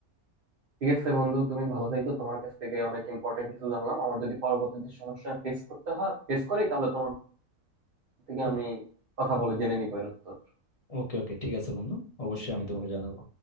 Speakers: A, on the right; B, on the left.
A: ঠিক আছে বন্ধু তুমি ভালো থেকো তোমার কাছ থেকে অনেক ইম্পর্টেন্ট কিছু জানলাম আমার যদি পরবর্তীতে সমস্যা ফেস করতে হয় ফেস করি তাহলে তোমার থেকে
B: ওকে
A: আমি কথা বলে জেনে নিবো এর উত্তর
B: ওকে ওকে ঠিক আছে বন্ধু অবশ্যই আমি তোমাকে জানাবো